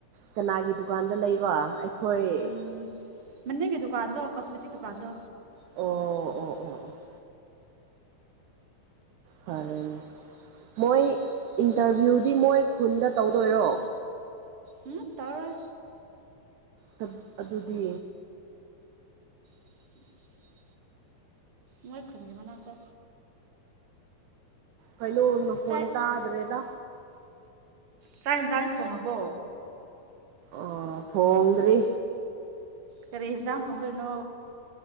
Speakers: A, on the right (about 70°); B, on the right (about 45°).
A: ꯀꯅꯥꯒꯤ ꯗꯨꯀꯥꯟꯗ ꯂꯩꯕ ꯑꯩꯈꯣꯏ
B: ꯎꯝ ꯃꯅꯤꯡꯒꯤ ꯗꯨꯀꯥꯟꯗꯣ ꯀꯣꯁꯃꯦꯇꯤꯛ ꯗꯨꯀꯥꯟꯗꯣ
A: ꯑꯣ ꯑꯣ ꯑꯣ ꯑꯣ ꯐꯥꯔꯦꯅꯦ ꯃꯣꯏ ꯏꯟꯇꯔꯚ꯭ꯌꯨꯗꯤ ꯃꯣꯏ ꯈꯨꯟꯗ ꯇꯧꯗꯣꯏꯔꯣ
B: ꯎꯝ ꯇꯧꯔꯣꯏ
A: ꯆꯞ ꯑꯗꯨꯗꯤ
B: <inaudible> ꯃꯣꯏ ꯈꯨꯟꯒꯤ ꯃꯅꯥꯛꯇ
A: ꯀꯩꯅꯣ ꯅꯈꯣꯟ
B: ꯆꯥꯛ
A: ꯇꯥꯗ꯭ꯔꯦꯗ
B: ꯆꯥꯛ ꯑꯦꯟꯖꯥꯡ ꯊꯣꯡꯉꯕꯣ
A: ꯑꯣ ꯊꯣꯡꯗ꯭ꯔꯤ
B: ꯀꯔꯤ ꯑꯦꯟꯖꯥꯡ ꯊꯣꯡꯗꯣꯏꯅꯣ